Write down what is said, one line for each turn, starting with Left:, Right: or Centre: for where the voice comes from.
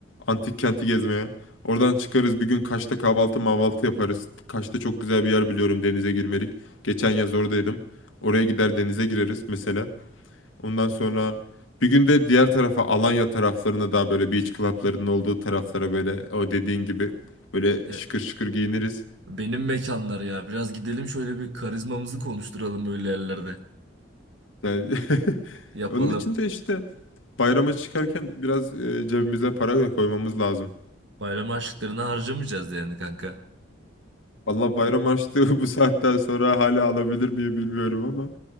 Left: Antik kenti gezmeye. Oradan çıkarız bir gün Kaş'ta kahvaltı mahvaltı yaparız. Kaş'ta çok güzel bir yer biliyorum denize girmelik. Geçen yaz oradaydım. Oraya gider denize gireriz mesela. Ondan sonra bir gün de diğer tarafa Alanya taraflarına daha böyle beach club'larının olduğu taraflara böyle o dediğin gibi böyle
Right: İşte
Left: şıkır şıkır giyiniriz.
Right: benim mekanlar ya. Biraz gidelim şöyle bir karizmamızı konuşturalım öyle yerlerde.
Left: Yani <laughs>
Right: Yapalım.
Left: onun için de işte bayrama çıkarken biraz e, cebimize para da koymamız lazım.
Right: Bayram harçlıklarını harcamayacağız yani kanka.
Left: Valla bayram harçlığı <laughs> bu saatten sonra hala alabilir miyim bilmiyorum ama.